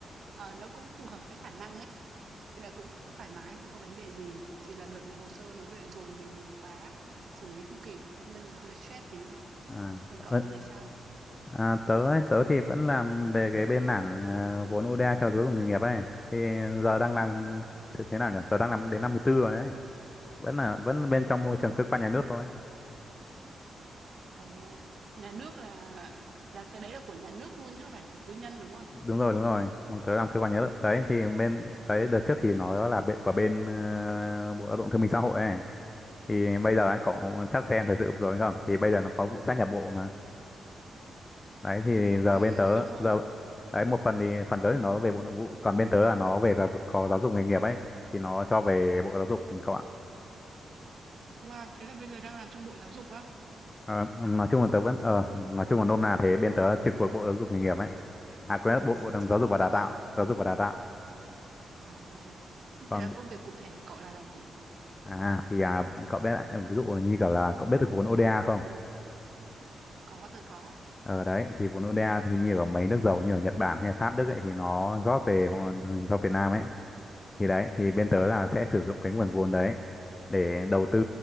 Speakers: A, on the right (about 65°); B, on the left (about 30°).
A: ờ, nó cũng phù hợp với khả năng ấy, nên là cũng thoải mái, không có vấn đề gì. Chỉ là đợt này hồ sơ nó về dồn về nhiều quá, xử lý không kịp nên là hơi stress tí thôi.
B: à,
A: Còn cậu
B: ơ,
A: dạo này sao rồi?
B: à tớ ấy, tớ thì vẫn làm về cái bên mảng à, vốn ODA cho giáo dục nghề nghiệp ấy thì giờ đang làm thế, thế nào nhỉ giờ đang làm đến năm thứ tư rồi đấy vẫn là vẫn bên trong môi
A: Năm
B: trường cơ quan nhà nước thôi
A: Ồ, nhà nước là là cái đấy là của nhà nước luôn chứ không phải của tư nhân đúng không?
B: đúng rồi đúng rồi Bọn tớ làm cơ quan nhà nước đấy thì bên đấy đợt trước thì nó là bên của bên ờ, bộ lao động thương binh xã hội ấy thì bây giờ ấy, cậu chắc xem thời sự vừa rồi không thì bây giờ nó có vụ sát nhập bộ mà đấy thì giờ
A: Ừ,
B: bên
A: ừ,
B: tớ
A: đúng rồi.
B: giờ đấy một phần thì phần lớn thì nó về bộ nội vụ còn bên tớ là nó về giáo, có giáo dục nghề nghiệp ấy thì nó cho về bộ giáo dục các bạn
A: Wow, thế là bây giờ đang làm trong Bộ Giáo dục á?
B: Ờ, nói chung là tớ vẫn ờ, nói chung là nôm na thế bên tớ trực thuộc bộ giáo dục nghề nghiệp ấy à quên bộ
A: Xịn sò
B: giáo dục và đào
A: thế nhở?
B: tạo giáo dục và đào tạo
A: Ồ,
B: còn
A: thế là công việc cụ thể của cậu là làm gì?
B: à thì à, cậu biết lại ví dụ như kiểu là cậu biết được vốn ODA không
A: Có, tôi có.
B: ờ đấy thì vốn ODA thì như ở mấy nước giàu như ở Nhật Bản hay Pháp Đức ấy thì nó rót về cho Việt Nam ấy thì đấy thì bên tớ là sẽ sử dụng cái nguồn vốn đấy để đầu tư